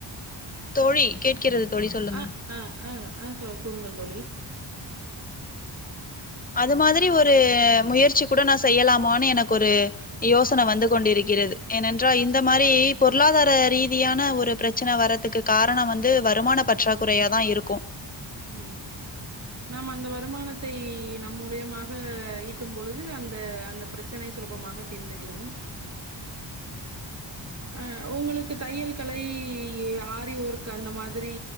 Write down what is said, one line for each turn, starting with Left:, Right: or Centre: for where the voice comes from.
Left: தோழி கேட்கிறது தோழி சொல்லுங்க
Right: அ ஆ ஆ ஆ சொ கூறுங்கள் தோழி
Left: அது மாதிரி ஒரு முயற்சி கூட நா செய்யலாமான்னு எனக்கு ஒரு யோசன வந்து கொண்டிருக்கிறது ஏனென்றா இந்த மாரி பொருளாதார ரீதியான ஒரு பிரச்சன வர்றதுக்கு காரணோ வந்து வருமான பற்றாக்குறையாதா இருக்கு
Right: ம் நாம் அந்த வருமானத்தை நம் மூலியமாக ஈட்டும் பொழுது அந்த அந்த பிரச்சனை சுலபமாக தீர்ந்துவிடும் ஆ உங்களுக்கு தையல் கலை ஆரி ஒர்க் அந்த மாதிரி